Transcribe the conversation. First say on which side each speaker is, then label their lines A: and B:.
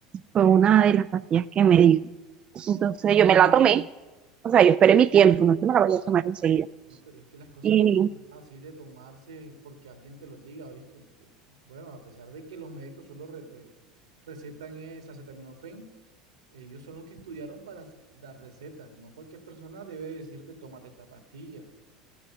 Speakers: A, on the right; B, on the right.
A: fue una de las pastillas que me dijo. Entonces yo me la tomé, o sea, yo esperé mi tiempo, no es que me la vaya a tomar enseguida.
B: No, pero es que las cosas
A: Y
B: no son así de tomarse porque alguien te los diga, ¿viste? Eh, bueno, a pesar de que los médicos solo re- eh, recetan es acetaminofén, ellos son los que estudiaron para s- dar recetas. No cualquier persona debe decirte, tómate esta pastilla.